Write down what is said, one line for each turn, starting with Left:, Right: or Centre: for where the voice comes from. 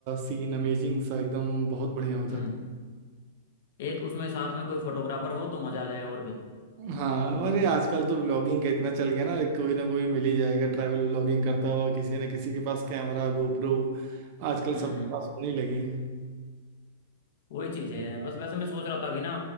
Right: सीन अमेजिंग सा एकदम बहुत बढ़िया हो जाता
Left: हम्म एक उसमें साथ में कोई फोटोग्राफर हो तो मजा आ जाए और भी
Right: है हाँ अरे आजकल तो व्लॉगिंग का इतना चल गया ना कोई ना कोई मिल ही जाएगा ट्रैवल व्लॉगिंग करता हुआ किसी न किसी के पास कैमरा गोप्रो आजकल
Left: हम्म
Right: सबके पास होने लगे हैं
Left: वही चीज है बस वैसे मैं सोच रहा था अभी ना